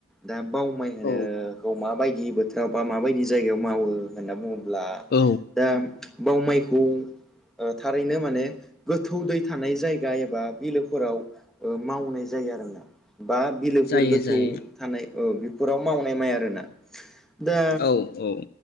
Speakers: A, in the centre; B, on the left.
A: दा बाव माय होनोखौ
B: औ
A: मा बाय नि बोथोराव बा माबायदि जायगायाव मावो होन्ना बुङो ब्ला
B: औ
A: दा बाव माइखौ ओ थारैनो माने गोथौ दै थानाय जायगा एबा बिलोफोराव ओ मावनाय जायो आरोना बा बिलोफोर
B: जायो
A: गोथौ
B: जायो
A: औ बिफोराव मावनाय माइ आरोना दा
B: औ औ